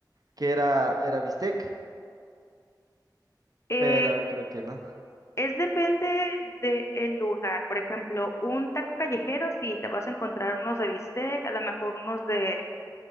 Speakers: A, on the right; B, on the left.
A: que era, era bistec,
B: Eh,
A: pero creo que no.
B: es depende del lugar. Por ejemplo, un taco callejero, si te vas a encontrar unos de bistec, a lo mejor unos de